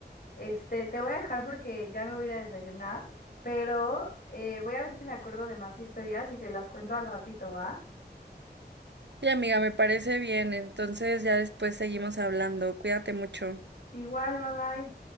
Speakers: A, on the left; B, on the right.
A: Este, te voy a dejar porque ya me voy a ir a desayunar, pero eh, voy a ver si me acuerdo de más historias y te las cuento al ratito, ¿va?
B: Y amiga, me parece bien, entonces ya después seguimos hablando, cuídate mucho.
A: Igual, bye bye.